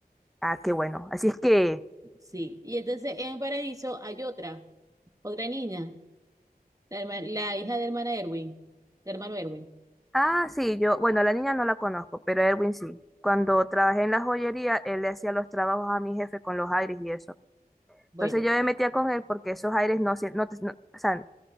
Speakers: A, in the centre; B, on the right (about 20°).
A: Ah, qué bueno. Así es que,
B: Sí. Y entonces en Paraíso hay otra, otra niña, la, herma- la hija de hermana Erwin, de hermano Erwin.
A: ah, sí, yo, bueno, la niña no la conozco, pero Erwin sí. Cuando trabajé en la joyería, él le hacía los trabajos a mi jefe con los aires y eso.
B: Bueno,
A: Entonces yo me metía con él porque esos aires no, se- no, te- no- o sea,